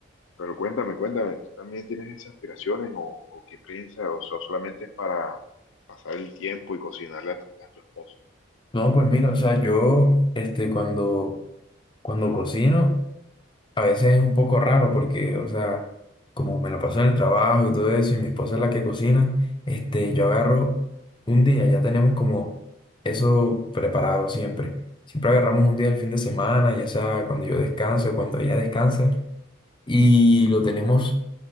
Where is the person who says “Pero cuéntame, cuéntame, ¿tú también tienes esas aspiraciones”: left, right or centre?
Left